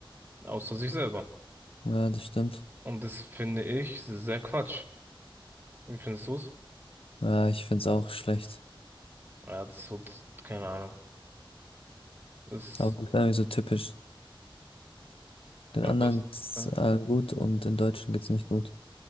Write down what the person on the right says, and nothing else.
Außer sich selber.
Und das finde ich sehr Quatsch. Wie findest du's?
Ja, das hat keine Ahnung. Das,
ja,
was?
Ja,